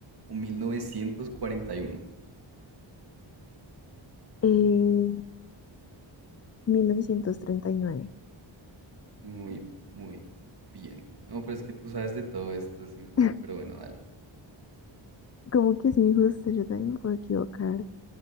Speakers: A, on the right; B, on the left.
A: o 1941.
B: Eh, mil novecientos treinta y nueve
A: Muy, muy bien. No, pero es que tú sabes de todo esto, es injusto,
B: <laughs>
A: pero bueno, dale.
B: Como que es injusto, yo también me puedo equivocar.